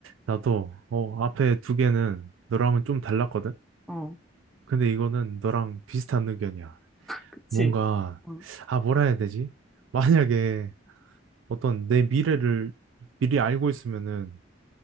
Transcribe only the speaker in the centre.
어,
그치.
어